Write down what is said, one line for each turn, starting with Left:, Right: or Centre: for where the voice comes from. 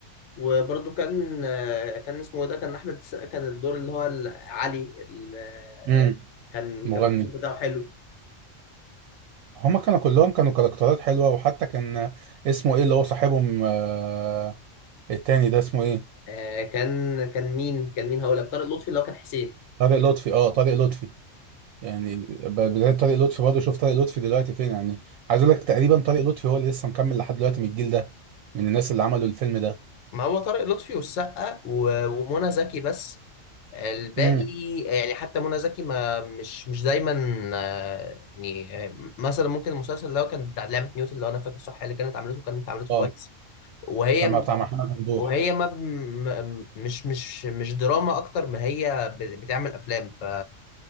Left: وبرده كان آه، كان اسمه إيه ده كان احمد السقا كان الدور اللي هو ال- علي ال-
Right: امم
Left: كان
Right: مغني
Left: كان الدور بتاعه حلو
Right: هما كانوا كلهم كانوا كاركترات حلوة وحتى كان اسمه ايه اللي هو صاحبهم آه، التاني ده اسمه ايه
Left: آه، كان كان مين كان مين هقول لك طارق لطفي اللي هو كان حسين
Right: طارق لطفي اه طارق لطفي يعني ب- بداية طارق لطفي برضه شوف طارق لطفي دلوقتي فين يعني عايز اقول لك تقريبا طارق لطفي هو اللي لسه مكمل لحد دلوقتي من الجيل ده من الناس اللي عملوا الفيلم ده
Left: ما هو طارق لطفي والسقا و- ومنى زكي بس الباقي
Right: امم
Left: يعني حتى منى زكي ما مش مش دايما آه، يعني آه، مثلا ممكن المسلسل اللي هو كان بتاع لعبة نيوتن لو انا فاكر صح اللي كانت عملته كانت عملته
Right: اه
Left: كويس وهي
Right: كان مع بتاع محمد ممدوح
Left: وهي ما م- مش مش مش دراما اكتر ما هي ب- بتعمل افلام ف